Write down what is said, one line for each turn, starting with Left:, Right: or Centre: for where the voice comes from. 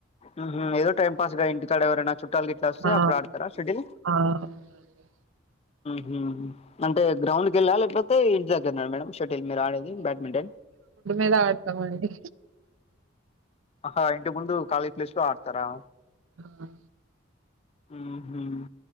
Left: హుహు. ఏదో టైం పాస్ గా ఇంటికాడ ఎవరైనా చుట్టాలు గిట్లా వస్తే
Right: ఆ!
Left: అప్పుడు ఆడతారా శెటిల్
Right: ఆ! అవునండి.
Left: హ్మ్మ్ అంటే గ్రౌండ్కి ఎళ్ళా లేకపోతే ఇంటి దగ్గర ఉన్నాడు మేడం ష మీరు ఆడేది బ్యాడ్మింటన్
Right: ఎలా ఆడతాం అండి
Left: ఆహా ఇంటి ముందు ఖాళీ ప్లేస్ లో ఆడతారా
Right: ఆహా
Left: హ్మ్మ్